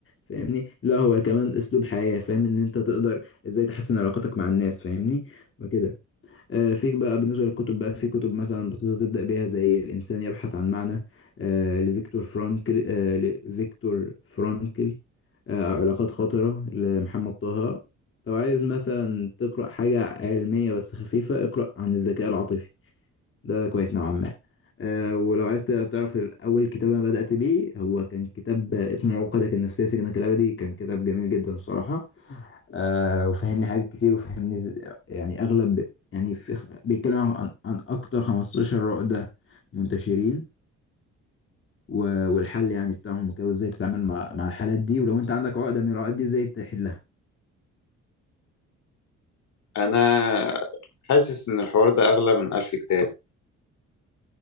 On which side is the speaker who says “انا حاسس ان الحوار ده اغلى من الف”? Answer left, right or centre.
Left